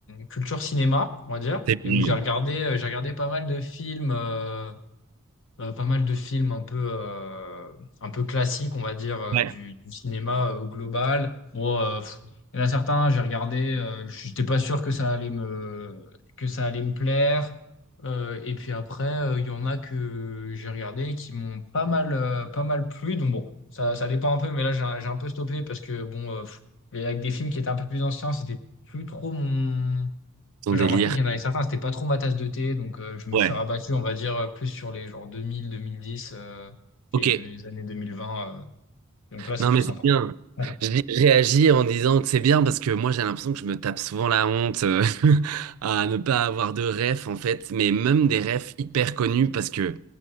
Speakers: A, on the left (about 60°); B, on the right (about 80°).
A: culture cinéma, on va dire.
B: C'est bien.
A: Et donc, j'ai regardé, euh, j'ai regardé pas mal de films. euh, euh, pas mal de films un peu, euh, un peu classiques, on va dire, euh,
B: Ouais.
A: du, du cinéma euh, au global. Bon, euh, pff, il y en a certains, j'ai regardé, euh, j'étais pas sûr que ça allait me, que ça allait me plaire. Euh, et puis après, euh, il y en a que j'ai regardé et qui m'ont pas mal, euh, pas mal plu. Donc bon, ça, ça dépend un peu, mais là, j'ai un j'ai un peu stoppé parce que, bon, euh, pff, avec des films qui étaient un peu plus anciens, c'était plus trop mon
B: Ton
A: j'ai
B: délire.
A: remarqué qu'il y en avait certains, c'était pas trop ma tasse de thé, donc euh, je me
B: Ouais.
A: suis rabattu, on va dire, euh, plus sur les genre 2000, 2010 euh,
B: Ok.
A: et des années 2020. euh. donc là, c'est
B: Non,
A: plus
B: mais
A: sympa.
B: c'est bien.
A: <laughs>
B: Je, dis- je réagis en disant que c'est bien parce que moi j'ai l'impression que je me tape souvent la honte euh, <laughs> à ne pas avoir de ref en fait, mais même des refs hyper connus parce que